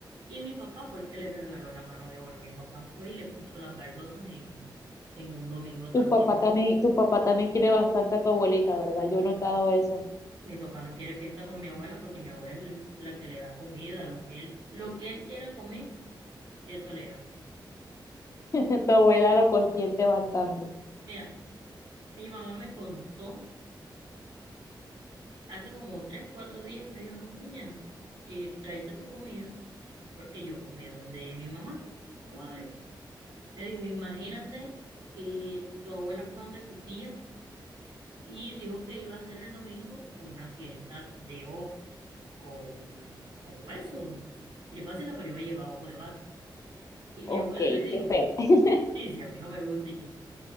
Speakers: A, on the right; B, on the left.
A: y mi papá fue el que le regaló la mano de obra. Mi papá fue y le puso las baldosas en, en un domingo también.
B: Tu papá también, tu papá también quiere bastante a tu abuelita, ¿verdad? Yo he notado eso.
A: Mi papá no quiere fiesta con mi abuela porque mi abuela es el- la que le da comida, lo que él, lo que él quiera comer, eso le da.
B: <laughs> Tu abuela lo consiente bastante.
A: Mira, mi mamá me contó hace como tres, cuatro días, me dijo, no, niña, eh, tráete tu comida porque yo comí donde mi mamá. Yo, wow, listo. Me dijo, imagínate que tu abuela fue donde tu tía y dijo que iba a hacer el domingo una fiesta de ojo con, con hueso, trifásica, pero iba a llevar ojo de vaca. Y mi
B: Ok,
A: abuelo le dijo,
B: qué feo. <laughs>
A: sí, sí, a mí no me gusta y que